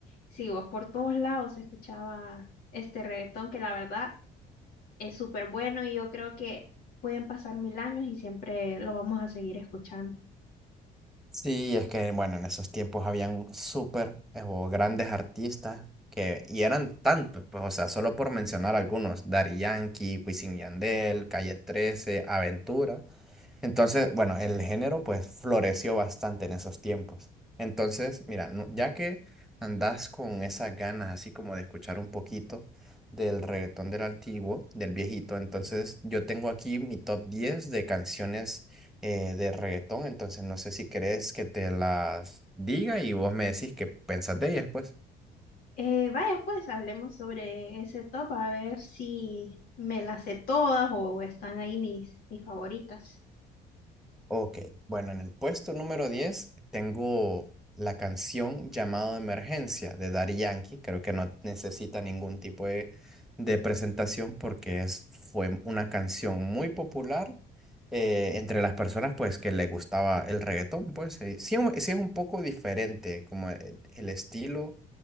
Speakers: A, on the left; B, in the centre.
A: Sí, vos por todos lados se escuchaba este reggaetón que la verdad es súper bueno y yo creo que pueden pasar mil años y siempre lo vamos a seguir escuchando.
B: Sí, es que, bueno, en esos tiempos habían súper eh, o grandes artistas que, y eran tantos, pues, o sea, solo por mencionar algunos, Daddy Yankee, Wisin y Yandel, Calle 13, Aventura. Entonces, bueno, el género pues floreció bastante en esos tiempos. Entonces, mira, no- ya que andas con esas ganas así como de escuchar un poquito del reggaetón del antiguo, del viejito, entonces yo tengo aquí mi top 10 de canciones eh, de reggaetón, entonces no sé si querés que te las diga y vos me decís qué pensás de ellas, pues.
A: Eh, vaya, pues hablemos sobre ese top, a ver si me las sé todas o están ahí mis, mis favoritas.
B: Ok, bueno, en el puesto número 10 tengo la canción Llamado de Emergencia de Daddy Yankee. Creo que no necesita ningún tipo de, de presentación porque es, fue una canción muy popular eh, entre las personas pues que les gustaba el reggaetón, pues eh, sí, es un- sí es un poco diferente como eh, el estilo